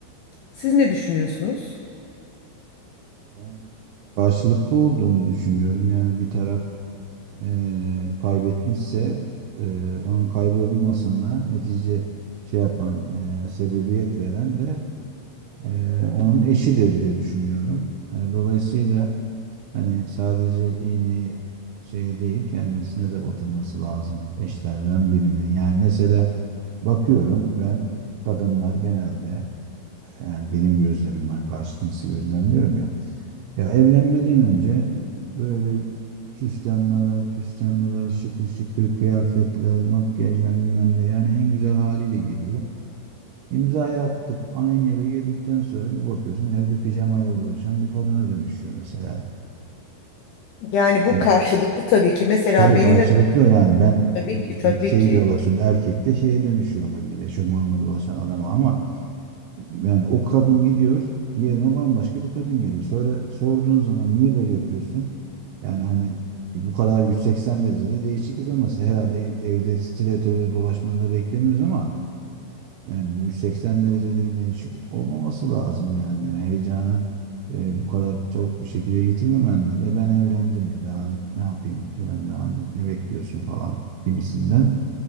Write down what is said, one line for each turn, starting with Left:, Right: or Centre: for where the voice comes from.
Left: Siz ne düşünüyorsunuz?
Right: Ben karşılıklı olduğunu düşünüyorum. Yani bir taraf e, kaybetmişse e, onun kaybolmasına netice şey yapan e, sebebiyet veren de e, onun eşidir diye düşünüyorum. E, dolayısıyla hani sadece iğneyi şey değil kendisine de batırması lazım eşlerden birinin. Yani mesela bakıyorum ben kadınlar genelde yani benim gözlemim hani karşı cinsi gözlemliyorum ya ya evlenmeden önce böyle süslenmeler, püslenmeler, şıkır şıkır kıyafetler, makyajlar bilmem ne yani en güzel haliyle geliyor. İmzayı attıp aynı eve girdikten sonra bir bakıyorsun evde pijamayla dolaşan bir kadına dönüşüyor mesela.
Left: Yani
Right: Hani
Left: bu karşılıklı tabii ki. Mesela
Right: Tabii
Left: benim
Right: karşılıklı
Left: de
Right: yani ben
Left: tabii
Right: e,
Left: ki tabii
Right: hani şey
Left: ki.
Right: olarak söylüyorum, erkek de şeye dönüşüyor olabilir eşofmanla dolaşan adama ama Yani o kadın gidiyor, yerine bambaşka bir kadın geliyor. Sonra sorduğun zaman niye böyle yapıyorsun? Yani hani bu kadar 180 derecede değişiklik olması herhalde ev- evde stiletörle dolaşmanı da beklemiyoruz ama yani bu 180 derecede bir değişik olmaması lazım yani. Heyecanı e, bu kadar çabuk bir şekilde yitirmemen lazım. E ben evlendim ya daha ne, ne yapayım? Yani daha ne, ne bekliyorsun falan gibisinden.